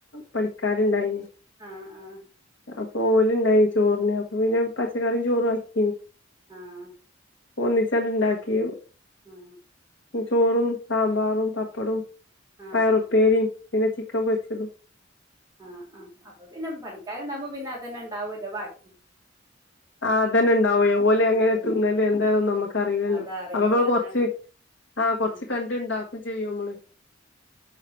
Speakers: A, on the left; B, on the right.
A: പണിക്കാരുണ്ടായിന്.
B: ആഹ് ആഹ്
A: ആഹ് പോലുണ്ടായി ചോറിന് അപ്പൊ പിന്നെ പച്ചക്കറിയും ചോറും ആക്കീ
B: ആഹ്
A: ഒന്നിച്ചങ്ങട് ഇണ്ടാക്കി
B: ആഹ്
A: ചോറും സാമ്പാറും പപ്പടും
B: ആഹ്
A: പയറുപ്പേരിയും
B: ആഹ്
A: പിന്നെ ചിക്കൻ പൊച്ചതും
B: ആഹ് ആഹ്പ്പൊ പിന്നെ പണിക്കാാരണ്ടാക്പോ പിന്നെ അത്തന്നെ ഉണ്ടാവ ബാക്കി
A: ആ അതന്നണ്ട് ഉണ്ടാവ ഓലെ
B: ആഹ്
A: അങ്ങനെ
B: അതന്നെ
A: തിുന്നല് എന്തായ നമുക്ക് അറല്ലല്ലോ
B: അതറിയൂല
A: അപ്പൊ ഇപ്പോള് കൊറച്ച്
B: അതാണ്
A: ആഹ കൊറച്ച്
B: ഉം
A: കണ്ട ഇണ്ടാക്കും ചെയ്യും നമ്മള്